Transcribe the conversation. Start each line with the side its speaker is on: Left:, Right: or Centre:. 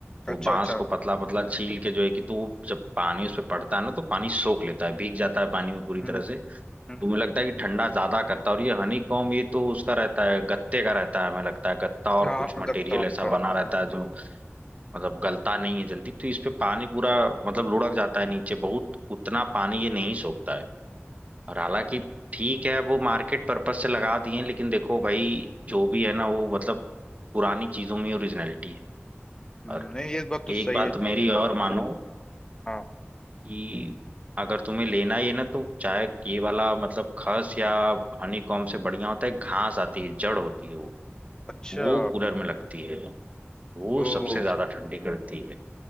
Right: वो
Left: अच्छा
Right: बांस
Left: अच्छा
Right: को पतला पतला छील के जो है कि तो वो जब पानी उस पर पड़ता है ना तो पानी सोख लेता है भीग जाता है पानी में पूरी
Left: हम्म
Right: तरह से
Left: हम्म
Right: तो मुझे लगता है कि ठंडा ज्यादा करता है और ये हनी कॉम ये तो उसका रहता है गत्ते का रहता है हमें लगता है गत्ता और
Left: हाँ
Right: कुछ मटेरियल
Left: गत्ता वत्ता
Right: ऐसा
Left: हम्म,
Right: बना रहता है जो मतलब गलता नहीं है जल्दी तो इस पे पानी पूरा मतलब लुढ़क जाता है नीचे बहुत उतना पानी ये नहीं सोखता है और हालांकि ठीक है वो मार्केट पर्पज से लगा दिए हैं, लेकिन देखो भाई जो भी है ना वो मतलब पुरानी चीजों में ओरिजिनलिटी है
Left: हम्म,
Right: और
Left: नहीं ये बात तो
Right: एक
Left: सही
Right: बात
Left: है
Right: मेरी और मानो
Left: हाँ
Right: कि अगर तुम्हें लेना ही है ना तो चाहे ये वाला मतलब खस या हनी कॉम्ब से बढ़िया होता है घास आती है जड़ होती है वो
Left: अच्छा
Right: वो कूलर में लगती है वो
Left: ओ
Right: सबसे ज्यादा ठंडी करती है